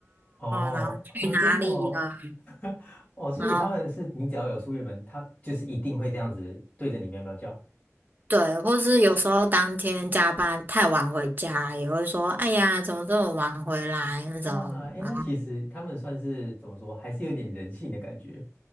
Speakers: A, on the left (about 25°); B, on the right (about 35°).
A: 哦，
B: 然后去哪里了，
A: 啊真的哦，<laughs> 哦，所以他们是你只要有出远门，
B: 然后
A: 它就是一定会这样子对着你喵喵叫。
B: 对，或是有时候当天加班太晚回家，也会说，哎呀，怎么这么晚回来那种。
A: 哇，哎，
B: 然后
A: 那其实他们算是怎么说，还是有点人性的感觉。